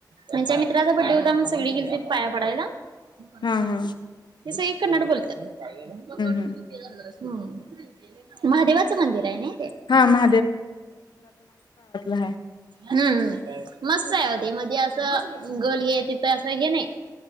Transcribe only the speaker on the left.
हा हम्म
हम्म
हा माही आहे